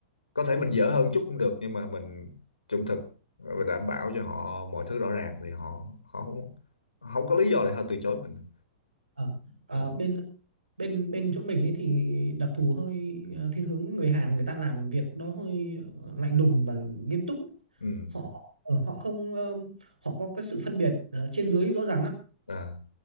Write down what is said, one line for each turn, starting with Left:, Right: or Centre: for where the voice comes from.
Left: Có thể mình dở hơn chút cũng được nhưng mà mình trung thực và đảm bảo cho họ mọi thứ rõ ràng thì họ họ không, không có lý do để họ từ chối mình.
Right: Ờ, ờ,
Left: Ừ.
Right: bên bên bên chỗ mình ấy thì đặc thù hơi ờ, thiên hướng người Hàn người ta làm việc đó hơi ờ, lạnh lùng và nghiêm túc
Left: Ừ.
Right: họ ờ, họ không ờ, họ có cái sự phân biệt ờ, trên dưới rõ ràng lắm
Left: À.